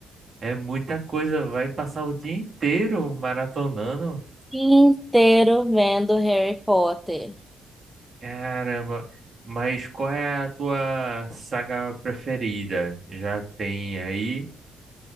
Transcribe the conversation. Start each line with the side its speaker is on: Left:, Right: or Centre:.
Right: é muita coisa, vai passar o dia inteiro maratonando.
Centre: Inteiro vendo Harry Potter.
Right: Caramba, mas qual é a tua saga preferida? Já tem aí?